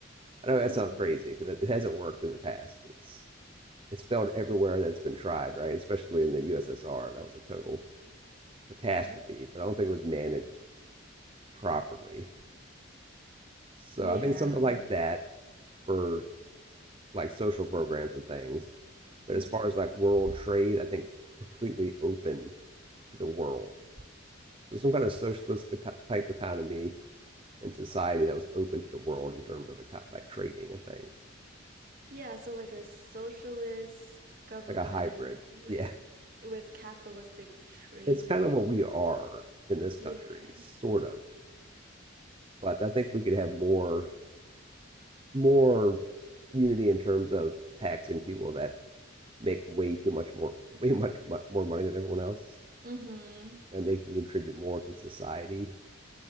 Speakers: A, on the right; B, on the right.
A: I
B: Hmm.
A: know that sounds crazy because it, hasn't worked in the past. It's it's failed everywhere that's been tried, right? Especially in the USSR, that was a total catastrophe.
B: Yep.
A: But I don't think it was managed properly. So
B: Yeah.
A: I think something like
B: Yeah.
A: that for like social programs and things. But
B: hmm
A: as far as like world trade, I think completely open to the world. So some kind of socialist type economy and society that was open to the world in terms of like trading and things,
B: Yeah, so like a socialist government
A: like a hybrid.
B: with
A: Yeah,
B: with capitalistic trade.
A: it's kind of what we are in this country,
B: Yeah.
A: sort of. But I think we could have more more unity in terms of taxing people that make way too much more <laughs> way much more money than everyone else
B: Mm-hmm.
A: and they can contribute more to society